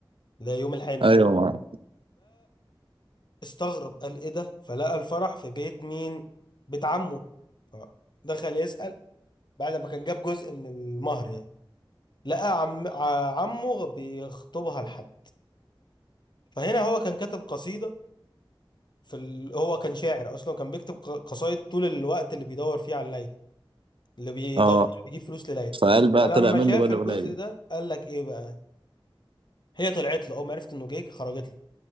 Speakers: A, on the left; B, on the right.
A: اللي هي يوم الحنة
B: ايوه معاك.
A: استغرب قال ايه ده فلقى الفرح في بيت مين بيت عمه فدخل يسأل بعد ما كان جاب جزء من المهر يعني لقى عم ع- عمه بيخطبها لحد فهنا هو كان كاتب قصيدة في ال... هو كان شاعر اصلا كان بيكتب ق- قصايد طول الوقت اللي بيدور فيه عن ليلى اللي بيدور
B: اه
A: يعني بيجيب فلوس لليلى
B: فقال بقى
A: فلما
B: طلع منه
A: شاف
B: بقى الاغنيه
A: الجزء
B: دي
A: ده قال لك ايه بقى هي طلعت له اول ما عرفت انه جيك خرجت له